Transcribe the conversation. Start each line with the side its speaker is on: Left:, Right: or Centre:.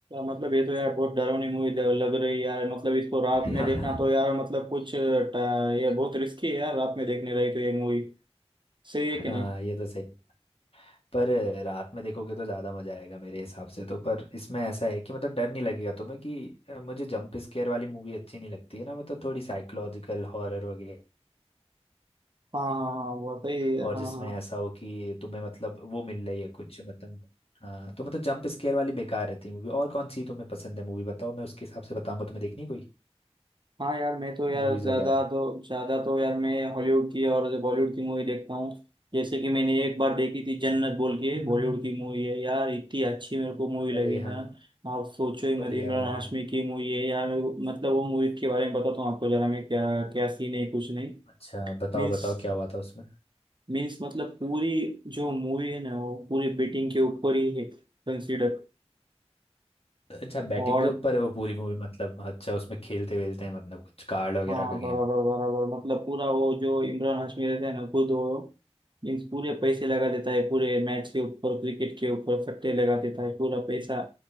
Right: मतलब ये तो यार बहुत डरावनी मूवी लग रही है यार मतलब इसको रात
Left: <laughs>
Right: में देखना तो यार मतलब कुछ ट- ये बहुत रिस्की है यार रात में देखने रही तो ये मूवी सही
Left: हाँ
Right: है कि नहीं
Left: ये तो सही पर रात में देखोगे तो ज़्यादा मज़ा आएगा मेरे हिसाब से तो पर इसमें ऐसा है कि मतलब डर नहीं लगेगा तुम्हें कि अ, मुझे जंप स्केयर वाली मूवी अच्छी नहीं लगती है ना मतलब थोड़ी साइकोलॉजिकल हॉरर वगैरह
Right: हाँ हाँ हाँ वो सही है
Left: और
Right: हाँ
Left: जिसमें
Right: हाँ
Left: ऐसा हो कि तुम्हें मतलब वो मिल रही है कुछ मतलब हाँ तो मतलब जंप स्केयर वाली बेकार रहती है मूवी और कौन सी तुम्हें पसंद है मूवी बताओ मैं उसके हिसाब से बताऊंगा तुम्हें देखनी है कोई
Right: हाँ यार मैं तो यार
Left: मूवीज़
Right: ज्यादा
Left: वगैरह
Right: तो ज्यादा तो यार मैं हॉलीवुड की और बॉलीवुड की मूवी देखता हूँ जैसे कि मैंने एक बार देखी थी जन्नत बोल के बॉलीवुड की मूवी है यार इतनी अच्छी मेरे को मूवी लगी
Left: अरे हाँ
Right: ना आप सोचो ही मत
Left: बढ़िया
Right: इमरान
Left: भाई
Right: हाशमी की मूवी है यार मेरे को मतलब वो मूवी के बारे में बताता हूँ आपको जरा मैं क्या क्या सीन है कुछ नहीं
Left: अच्छा बताओ
Right: मीन्स
Left: बताओ क्या हुआ था उसमें
Right: मीन्स मतलब पूरी जो मूवी है ना वो पूरी बेटिंग के ऊपर ही है कंसिडर
Left: अच्छा बैटिंग
Right: और
Left: के ऊपर है वो पूरी मूवी मतलब अच्छा उसमें खेलते वेलते हैं मतलब कुछ कार्ड वगैरह
Right: हाँ
Left: का गेम
Right: बराबर बराबर मतलब पूरा वो जो इमरान हाशमी रहता है ना खुद वो मीन्स पूरे पैसे लगा देता है पूरे मैच के ऊपर क्रिकेट के ऊपर सट्टे लगा देता है पूरा पैसा